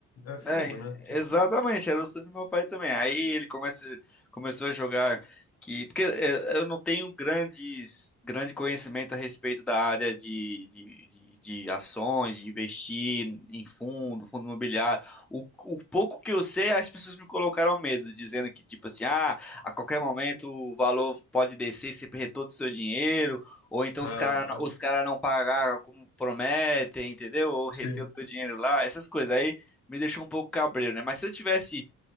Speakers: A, on the left (about 60°); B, in the centre.
A: É fogo,
B: É,
A: né? Tipo,
B: exatamente, era o sonho do meu pai também. Aí ele começa, começou a jogar que, porque é, eu não tenho grandes, grande conhecimento a respeito da área de, de, de, de ações, de investir em fundo, fundo imobiliário. O, o pouco que eu sei, as pessoas me colocaram medo, dizendo que, tipo assim, ah, a qualquer momento o valor pode descer e você perder todo o seu dinheiro, ou então
A: aham,
B: os caras os cara não pagaram como prometem, entendeu? Ou reter
A: sim.
B: o teu dinheiro lá, essas coisas. Aí me deixou um pouco cabreiro, né? Mas se eu tivesse